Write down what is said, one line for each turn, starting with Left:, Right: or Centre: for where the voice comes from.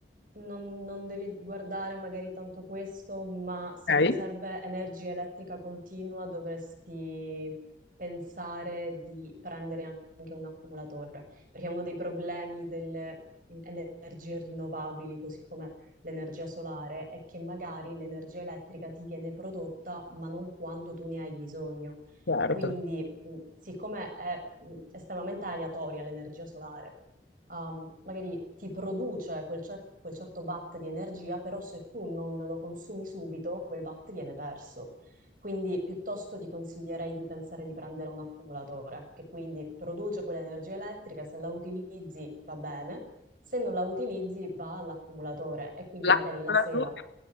Right: Non, non devi guardare magari tanto questo, ma se
Left: Ok,
Right: ti serve energia elettrica continua dovresti pensare di prendere an- anche un accumulatore, perché uno dei problemi delle mm, energie rinnovabili, così come l'energia solare, è che magari l'energia elettrica ti viene prodotta, ma non quando tu ne hai bisogno.
Left: certo.
Right: Quindi, mm, siccome è mm, estremamente aleatoria l'energia solare, um, magari ti produce quel, cer- quel certo watt di energia, però se tu non lo consumi subito, quel watt viene perso. Quindi piuttosto ti consiglierei di pensare di prendere un accumulatore, che quindi produce quell'energia elettrica, se la utilizzi va bene, se non la utilizzi va all'accumulatore e quindi
Left: La
Right: magari
Left: cumulatura-
Right: la sera